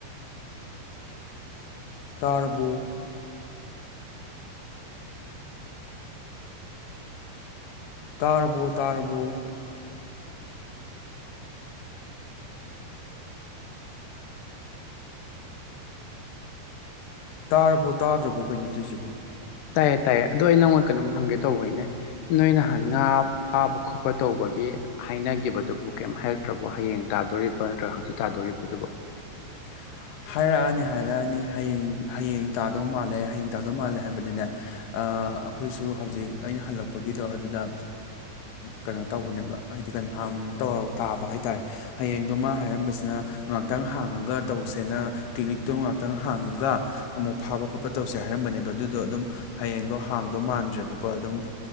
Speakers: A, on the left (about 85°); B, on the left (about 70°).
A: ꯇꯥꯕꯨ ꯇꯥꯔꯕꯧ ꯇꯥꯔꯕꯧ ꯇꯥꯔꯕꯣ ꯇꯥꯗ꯭ꯔꯕꯣ ꯀꯩꯅꯣ ꯇꯣꯏꯁꯤꯕꯣ
B: ꯇꯥꯏꯌꯦ ꯇꯥꯏꯌꯦ ꯑꯗꯣ ꯑꯩ ꯅꯪꯉ ꯀꯩꯅꯣꯝ ꯍꯪꯒꯦ ꯇꯧꯕꯅꯤꯅꯦ ꯅꯣꯏ ꯅꯍꯥꯟ ꯉꯥ ꯐꯥꯕ ꯈꯣꯠꯄ ꯇꯧꯕꯒꯤ ꯍꯥꯏꯅꯈꯤꯕꯗꯨꯕꯨ ꯀꯩꯝ ꯍꯥꯏꯔꯛꯇ꯭ꯔꯕꯣ ꯍꯌꯦꯡ ꯇꯥꯗꯣꯔꯤꯕ꯭ꯔꯥ ꯅꯠꯇ꯭ꯔꯒ ꯍꯪꯆꯤꯠ ꯇꯥꯗꯣ ꯗꯨꯕꯣ
A: <unintelligible> ꯍꯥꯏꯔꯛꯑꯅꯤ ꯍꯥꯏꯔꯛꯑꯅꯤ ꯍꯌꯦꯡ ꯍꯌꯦꯡ ꯇꯥꯗꯧ ꯃꯥꯜꯂꯦ ꯍꯌꯦꯡ ꯇꯥꯗꯧ ꯃꯥꯜꯂꯦ ꯍꯥꯏꯕꯗꯨꯅꯦ ꯑꯩꯈꯣꯏꯁꯨ ꯍꯧꯖꯤꯛ ꯑꯩꯅ ꯍꯜꯂꯛꯄꯒꯤꯗꯣ ꯑꯗꯨꯗ ꯀꯩꯅꯣ ꯇꯧꯕꯅꯦꯕ ꯍꯥꯏꯗꯤ ꯀꯩꯅꯣ ꯇꯥꯕ ꯍꯥꯏꯇꯥꯔꯦ ꯍꯌꯦꯡꯗꯣ ꯃꯥ ꯍꯥꯏꯔꯝꯕꯁꯤꯅ ꯉꯍꯥꯛꯇꯪ ꯍꯥꯡꯉꯒ ꯇꯧꯁ ꯐꯅ ꯀ꯭ꯂꯤꯅꯤꯛꯇꯣ ꯉꯥꯛꯇꯪ ꯍꯥꯡꯉꯒ ꯑꯃꯨꯛ ꯐꯥꯕ ꯈꯣꯠꯄ ꯇꯧꯁꯦ ꯍꯥꯏꯔꯝꯕꯅꯦꯕ ꯑꯗꯨꯗꯣ ꯑꯗꯨꯝ ꯍꯌꯦꯡ ꯃꯦ